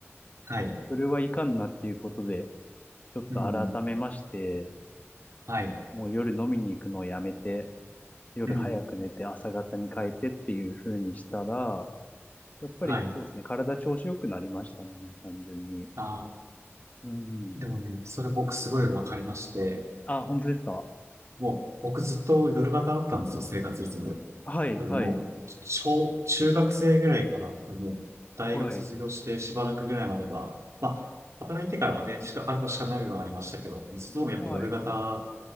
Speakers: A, on the right; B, on the left.
A: はい。
B: それはいかんなっていうことで、ちょっと改めまして、
A: うん。はい。
B: もう夜飲みに行くのをやめて、夜早く寝て朝方に変えてっていう風にしたら、
A: うん。
B: やっぱりそうですね、
A: はい。
B: 体調子良くなりましたね、単純に。
A: あー
B: うん。
A: でもね、それ僕すごいわかりまして、
B: あ、本当ですか
A: もう、僕ずっと夜型だったんですよ、生活リズム。
B: はい、
A: 多分もう、
B: はい。
A: 小、中学生ぐらいから、多分もう、大学卒業してしばらくぐらいまでは、
B: はい。
A: まあ、働いてからはね、しか、あるとしかない部分はありましたけど、ずっともやっぱ夜型、
B: はい。